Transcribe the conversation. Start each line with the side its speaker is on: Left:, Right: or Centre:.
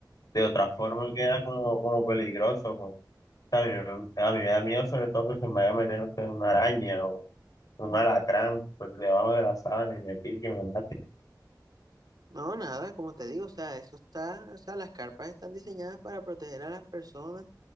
Left: de otra forma queda como, como peligroso. como- a mí, a mí me da miedo sobre todo que se me vaya a meter no sé, una araña o un alacrán pues, debajo de la sábana y me pique y me mate.
Right: No, nada, como te digo, o sea, eso está, o sea, las carpas están diseñadas para proteger a las personas